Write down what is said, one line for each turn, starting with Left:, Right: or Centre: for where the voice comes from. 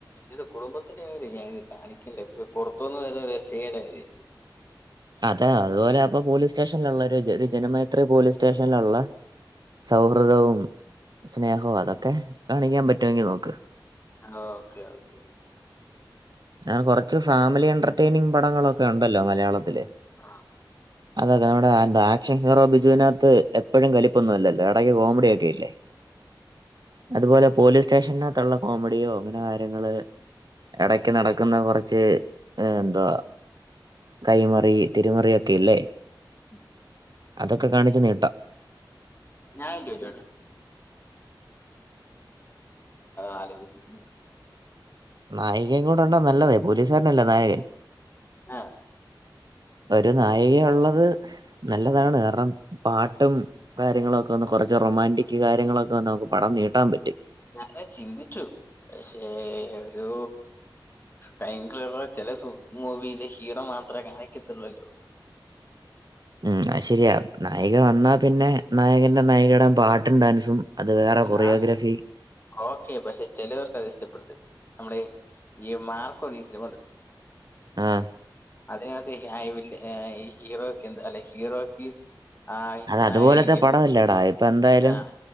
Left: ഏതു കുടുംബത്തിന്റെ അ ഞാനിത് കാണിക്കണ്ട പുറത്തുന്ന് വരുന്ന രസേടായിത്
Right: അതെ അതുപോലെ അപ്പൊ പോലീസ് സ്റ്റേഷനിലള്ള ഒരു ഒരു ജനമൈത്രി പോലീസ് സ്റ്റേഷൻ ള്ള സൗ സ്രതവും സ്നേഹവും അതൊക്കെ കാണിക്കാൻ പറ്റുമെങ്കിൽ നോക്ക്
Left: ഓക്കേ ഓക്കെ
Right: ഞാൻ കുറച്ച് ഫാമിലി എന്റർടൈ്നിങ് പടങ്ങളൊക്കെ ഉണ്ടല്ലോ മലയാളത്തില്
Left: ആഹ
Right: അതൊക്കെ നമ്മുടെ എന്താ ആക്ഷൻ ഹീറോ ബിജുവിനകത്ത് എഴും കലിപ്പൊന്നുംല്ലേ കോമഡിക്കെല്ല അത് പോലെ പോലീസ് സ്റ്റേഷനകത്തുള്ള കോമഡിയോ അങ്ങനെ കാര്യങ്ങള് എടക്ക് നടക്കുന്ന കുറച്ച് എന്താ കൈമറി തിരുമറി ഒക്കെല്ലേ
Left: ഉ
Right: അതൊക്കെ കാണിച്ച നീട്ട
Left: <unintelligible> ആ ആലോചിക്കുന്നത്
Right: നായികയും കൂടെ ഉണ്ടാ നല്ലതെ പോലീസുകാരനല്ല നായകൻ
Left: ആഹ
Right: <inaudible> ഒരു നായിക ഉള്ളത് നല്ലതാണ് കാരണം പാട്ടും കാര്യങ്ങളും ഒക്കെ ഒന്ന് കുറച്ച റൊമാൻറിക് കാര്യങ്ങളൊക്കെ നമുക്ക് പടം നീട്ടാൻ പറ്റും
Left: ഞറ ചിന്തിച്ചു പക്ഷേ ഒരു കയങ്കര ചില മൂവിെ ഹീറോ മാത്രമേ കാണിക്കത്തിുള്ളൂല്ലോ
Right: ഉം ശരിയാ നായിക വന്നാ പിന്നെ നായകന്റെ നായിക ഇടാൻ പാട്ടും ഡാൻസും അത് വേറെ കൊറിയോഗ്രാഫി
Left: ആഹ ഓക്കെ പക്ഷെ ചിലവർക്ക് അത് ഇഷ്ടപ്പെടുത്തല്ല നമ്മുടെ ഈ മാർക്കോന്ന് ഈ സിനിമ ഉണ്ട്
Right: ആഹ
Left: അതിനകത്ത് ഐില് ഹീറോയ്ക്ക് എന്താ അല്ലെ ഹീറോയ്ക്ക് ആ
Right: അത അതുപോലത്തെ
Left: നായിക
Right: പടല്ലേടാ ഇപ്പ എന്തായാലും
Left: ആ